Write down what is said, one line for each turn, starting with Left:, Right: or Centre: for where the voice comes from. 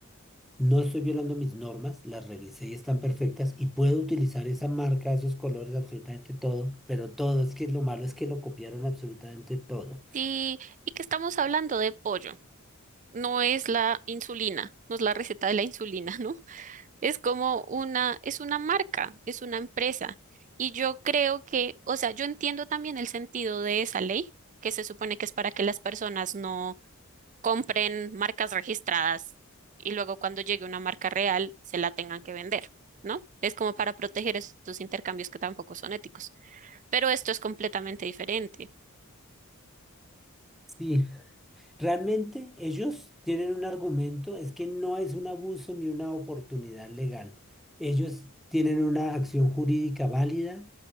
Centre: no estoy violando mis normas, las revisé y están perfectas, y puedo utilizar esa marca, esos colores, absolutamente todo, pero todo, es que lo malo es que lo copiaron absolutamente todo.
Right: Sí, y que estamos hablando de pollo. No es la insulina, no es la receta de la insulina, ¿no? <laughs> Es como una, es una marca, es una empresa. Y yo creo que, o sea, yo entiendo también el sentido de esa ley, que se supone que es para que las personas no compren marcas registradas y luego cuando llegue una marca real se la tengan que vender, ¿no? Es como para proteger estos intercambios que tampoco son éticos. Pero esto es completamente diferente.
Centre: Sí, Realmente ellos tienen un argumento, es que no es un abuso ni una oportunidad legal. Ellos tienen una acción jurídica válida